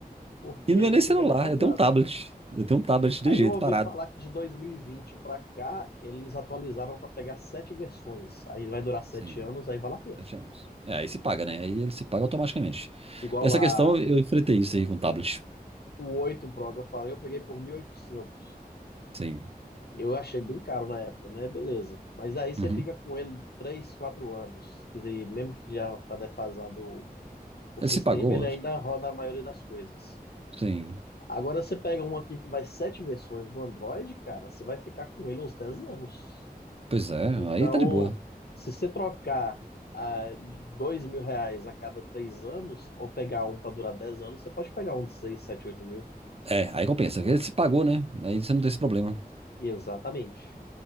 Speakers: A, on the left (about 85°); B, on the right (about 40°).
A: porque
B: E não
A: ele
B: é nem
A: fica
B: celular,
A: defasado.
B: eu tenho um tablet. Eu tenho um tablet de
A: Aí
B: jeito
A: eu ouvi
B: parado.
A: falar que de 2020 para cá, eles atualizaram para pegar sete versões. Aí vai durar sete
B: Sim,
A: anos, aí vale a pena.
B: sete anos. É, aí se paga, né? Aí ele se paga automaticamente.
A: Igual
B: Essa
A: lá,
B: questão, eu enfrentei isso aí com o tablet.
A: o 8 Pro que eu falei, eu peguei por 1.800.
B: Sim.
A: Eu achei bem caro na época, né? Beleza. Mas aí você
B: Uhum.
A: fica com ele 3, 4 anos. Quer dizer, mesmo que já está defasado o o
B: Ele
A: sistema,
B: se pagou?
A: ele ainda roda a maioria das coisas.
B: Sim.
A: Agora você pega um aqui que vai sete versões do Android, cara, você vai ficar com ele uns 10 anos.
B: Pois é,
A: Então,
B: aí tá de boa.
A: se você trocar ah, de dois mil reais a cada três anos, ou pegar um para durar 10 anos, você pode pegar um de 6, 7, 8 mil.
B: É, aí compensa. Ele se pagou, né? Aí você não tem esse problema.
A: Exatamente.